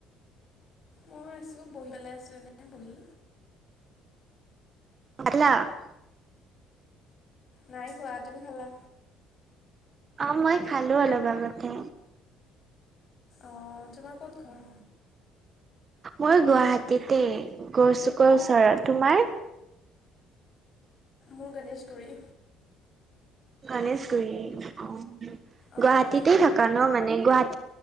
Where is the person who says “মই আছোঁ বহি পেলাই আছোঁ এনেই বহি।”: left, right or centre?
Left